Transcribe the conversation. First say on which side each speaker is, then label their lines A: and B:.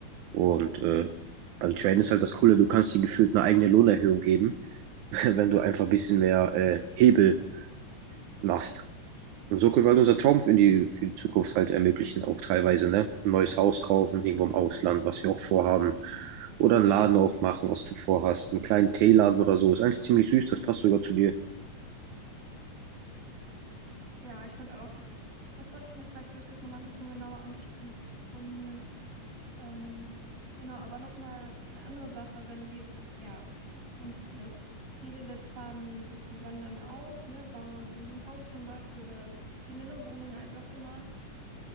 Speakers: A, on the right; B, on the right.
A: Und äh, beim Traden ist halt das Coole, du kannst dir gefühlt eine eigene Lohnerhöhung geben, <laughs> wenn du einfach ein bisschen mehr äh, Hebel machst. Und so können wir halt unser Traum in die, für die Zukunft halt ermöglichen, auch teilweise, ne? Ein neues Haus kaufen, irgendwo im Ausland, was wir auch vorhaben. Oder einen Laden aufmachen, was du vorhast. Einen kleinen Teeladen oder so. Ist eigentlich ziemlich süß, das passt sogar zu dir.
B: Ja, ich finde auch, das, das sollte ich mir vielleicht wirklich nochmal ein bisschen genauer anschauen, mich informieren. Ähm, genau, aber nochmal eine andere Sache, wenn wir ja, uns als Ziel gesetzt haben, wir wandern aus, ne, bauen uns irgendwie ein Haus zum Beispiel oder ziehen in eine Wohnung ein, wie auch immer.